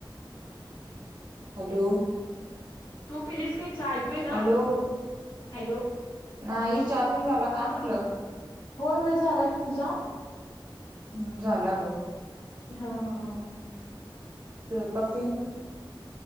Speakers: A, on the right; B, on the left.
A: हॅलो!
B: तू पिलीस काय चहा? येईना
A: हॅलो!
B: हॅलो
A: नाही, चाहा तेन झाला काय म्हंटलं?
B: होय, होय झाला की, तुझा?
A: हम्! झाला बघ.
B: हा, हा, हा.
A: स्वयंपाक तेन